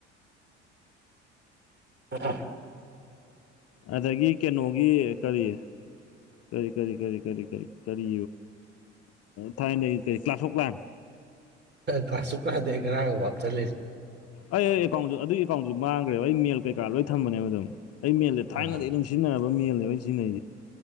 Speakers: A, on the right (about 30°); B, on the left (about 45°).
A: ꯑ
B: ꯑꯗꯒꯤ ꯀꯩꯅꯣꯒꯤ ꯀꯔꯤ ꯀꯔꯤ ꯀꯔꯤ ꯀꯔꯤ ꯀꯔꯤ ꯀꯔꯤ ꯀꯔꯤ ꯊꯥꯏꯅꯗꯒꯤ ꯀꯔꯤ ꯀ꯭ꯂꯥꯁ ꯑꯣꯣꯛ ꯂꯥꯏꯝ
A: ꯀꯁꯨ ꯀꯗꯦ ꯈꯔꯑꯒ ꯞ ꯆꯠꯂꯦꯔꯤ
B: ꯑꯩ ꯑꯩ ꯑꯦꯀꯥꯎꯟꯁꯨ ꯑꯗꯨꯒꯤ ꯑꯦꯀꯥꯎꯟꯁꯨ ꯃꯥꯡꯈ꯭ꯔꯦꯕ ꯑꯩ ꯃꯦꯜ ꯀꯩꯀꯥ ꯂꯣꯏ ꯊꯝꯕꯅꯦꯕ ꯑꯗꯨꯝ ꯑꯩ ꯃꯦꯜꯗꯦ
A: ꯑꯥ
B: ꯊꯥꯏꯅꯗꯤ ꯑꯗꯨꯝ ꯁꯤꯖꯤꯅꯕ ꯃꯤꯂꯥꯏꯥꯏ ꯁꯤꯖꯤꯅꯥꯏ